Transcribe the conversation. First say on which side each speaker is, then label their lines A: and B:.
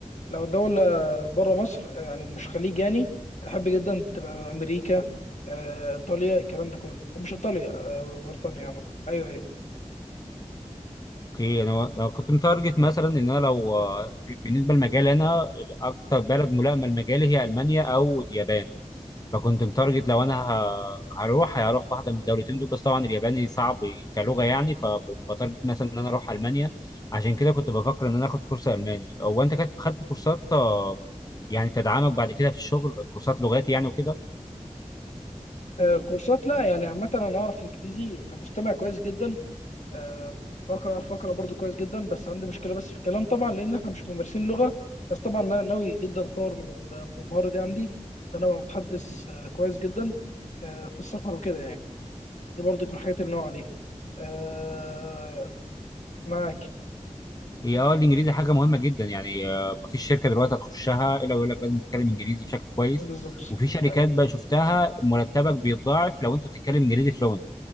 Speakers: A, on the left; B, on the left.
A: لو دوله بره مصر آه، يعني مش خليج يعني احب جدا تبقى امريكا آه ايطاليا الكلام ده كله مش ايطاليا آه بريطانيا عامه ايوه ايوه
B: اوكي انا لو كنت متارجت مثلا ان انا لو آه، في- بالنسبه لمجال انا اكتر بلد ملائمه لمجالي هي المانيا او اليابان فكنت متارجت لو انا ه- هروح هروح واحده من الدولتين دول بس طبعا الياباني صعب كلغه يعني فبتارجت مثلا ان انا اروح المانيا عشان كده كنت بفكر ان انا اخد كورس الماني هو انت كت- خدت كورسات آه، يعني تدعمك بعد كده في الشغل كورسات لغات يعني وكده
A: آه كورسات لا يعني عامه انا اعرف انجليزي كمستمع كويس جدا آه، بقرا فقرة برضو كويس جدا بس عندي مشكلة بس في الكلام طبعا لأن احنا مش ممارسين لغة بس طبعا أنا ناوي جدا أطور من ال- من المهارة دي عندي إن أنا أبقى متحدث آه، كويس جدا آه، في السفر وكده يعني دي برضو من الحاجات اللي ناوي عليها آه، معاك
B: هي اه الانجليزي حاجه مهمه جدا يعني آه، ما فيش شركه دلوقتي هتخشها الا ويقول لك لازم تتكلم انجليزي بشكل كويس
A: بالظبط
B: وفي شركات
A: أيوة
B: بقى شفتها مرتبك بيتضاعف لو انت بتتكلم انجليزي فلوينت